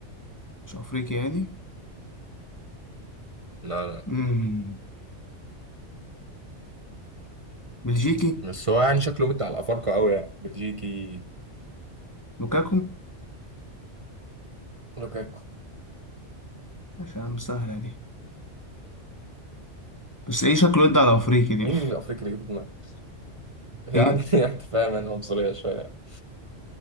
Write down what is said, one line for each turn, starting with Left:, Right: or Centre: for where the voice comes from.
Left: مش افريقي يعني
Right: لا لا
Left: مم. بلجيكي
Right: بس هو يعني شكله مد على الافارقة قوي يعني بلجيكي
Left: لوكاكو
Right: لوكاكو
Left: ماشي يا عم سهلة دي بس ايه شكله يدي على افريقي دي
Right: مين الافريقي اللي جبت دماغه <laughs> يعني
Left: ايه
Right: يعني انت فاهم انا عنصرية شوية